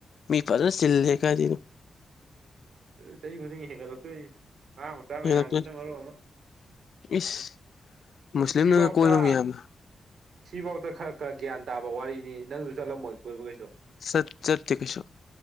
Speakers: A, on the left; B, on the right.
A: ꯃꯤ ꯐꯖꯅ ꯆꯤꯜꯂꯦꯍꯦ ꯀꯤꯏꯗꯩꯅꯣ
B: ꯆꯍꯤ ꯈꯨꯗꯤꯡꯒꯤ ꯍꯦꯟꯒꯠꯂꯛꯇꯣꯏꯅꯤ ꯃꯌꯥꯡ ꯃꯆꯥ ꯃꯌꯥꯝꯁꯤꯅ
A: ꯍꯦꯜꯂꯛꯇꯣꯏꯅꯤ
B: ꯃꯔꯣꯟ ꯑꯃ
A: ꯏꯁ ꯃꯨꯁꯂꯤꯝꯅꯒ
B: ꯁꯤꯕꯣꯛꯇ
A: ꯀꯣꯏꯕ ꯃꯌꯥꯝꯗꯣ
B: ꯁꯤꯕꯣꯛꯇ ꯈꯔ ꯈꯔ ꯒ꯭ꯌꯥꯟ ꯇꯥꯕ ꯋꯥꯔꯤꯅꯤ ꯅꯪꯁꯨ ꯆꯠꯂꯝꯃꯣꯏ ꯀꯣꯏꯕ ꯀꯩꯁꯨ
A: ꯆꯠ ꯆꯠꯇꯦ ꯀꯩꯁꯨ